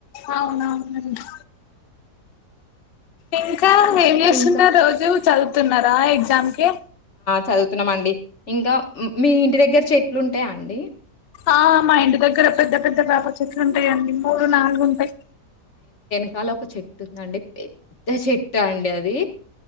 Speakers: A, on the left; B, on the left.
A: అవునవును అండీ ఇంకా ఏం చేస్తున్న
B: ఇంకా
A: రోజు చదువుతున్నారా ఎగ్జామ్ కి
B: చదువుతున్నాం అండి ఇంకా మీ ఇంటి దగ్గర చెట్లు ఉంటాయా అండి
A: ఆ మా ఇంటి దగ్గర పెద్ద పెద్ద వేప చెట్లు ఉంటాయండి మూడు నాలుగు ఉంటాయి
B: ఇవాళ ఒక చెట్టుందండి పెద్ద చెట్టు అండి అది